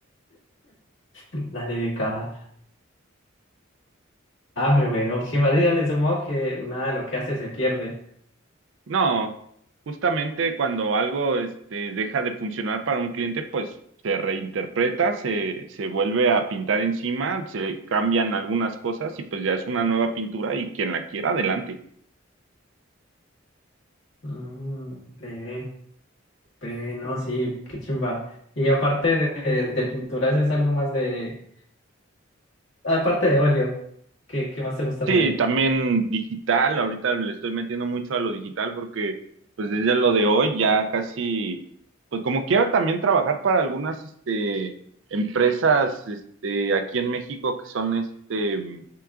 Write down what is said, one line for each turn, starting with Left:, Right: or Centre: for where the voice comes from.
Left: Dale, de caja. Ah, pero bueno, chimba, sí, dale, supongo que nada, de lo que hace se pierde.
Right: No, justamente cuando algo este, deja de funcionar para un cliente, pues se reinterpreta, se, se vuelve a pintar encima, se le cambian algunas cosas y pues ya es una nueva pintura y quien la quiera, adelante.
Left: Mm, breve, breve, no, sí, qué chimba. Y aparte de, de pinturas, es algo más de. Aparte de óleo, ¿qué, qué más te gusta
Right: Sí,
Left: hacer?
Right: también digital, ahorita le estoy metiendo mucho a lo digital porque pues desde lo de hoy ya casi, pues como quiero también trabajar para algunas este, empresas este, aquí en México que son este, mm,